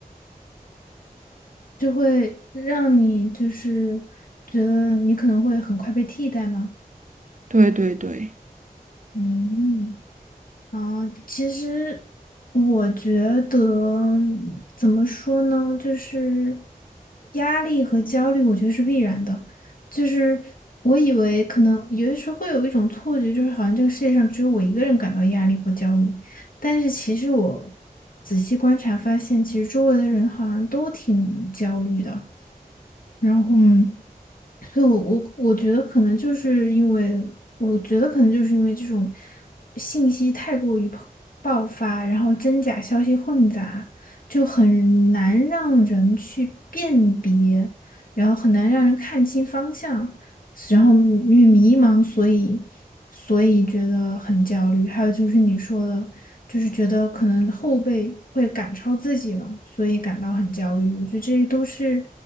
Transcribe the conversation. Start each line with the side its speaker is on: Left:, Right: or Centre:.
Left: 就会让你就是觉得你可能会很快被替代吗？
Right: 对对对。
Left: 嗯。啊，其实我觉得怎么说呢，就是压力和焦虑，我觉得是必然的。就是我以为可能有的时候会有一种错觉，就是好像这个世界上只有我一个人感到压力或焦虑，但是其实我仔细观察发现，其实周围的人好像都挺焦虑的。然后。嗯所以我我我觉得可能就是因为，我觉得可能就是因为这种信息太过于爆爆发，然后真假消息混杂，就很难让人去辨别，然后很难让人看清方向。然后因为迷茫，所以所以觉得很焦虑。还有就是你说的，就是觉得可能后辈会赶超自己了，所以感到很焦虑。我觉得这都是，